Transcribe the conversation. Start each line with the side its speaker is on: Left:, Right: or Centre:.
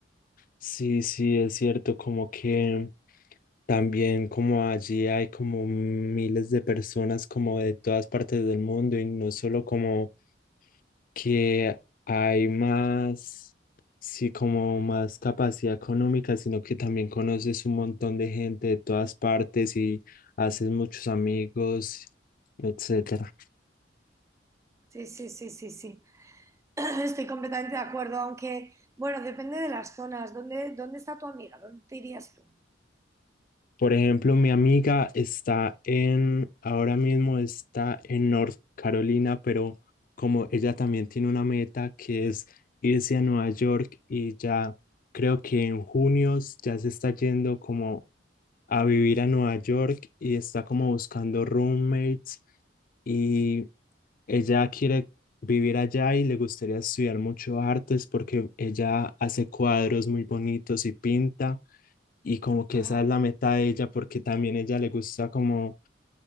Left: Sí, sí, es cierto, como que también como allí hay como miles de personas como de todas partes del mundo y no solo como que hay más, sí, como más capacidad económica, sino que también conoces un montón de gente de todas partes y haces muchos amigos, etcétera.
Right: Sí, sí, sí, sí, sí. <clears throat> Estoy completamente de acuerdo, aunque, bueno, depende de las zonas. ¿Dónde, dónde está tu amiga? ¿Dónde te irías tú?
Left: Por ejemplo, mi amiga está en, ahora mismo está en North Carolina, pero como ella también tiene una meta que es irse a Nueva York y ya creo que en junio ya se está yendo como a vivir a Nueva York y está como buscando roommates y ella quiere vivir allá y le gustaría estudiar mucho artes porque ella hace cuadros muy bonitos y pinta y como que
Right: Ah,
Left: esa es la meta de ella porque también ella le gusta como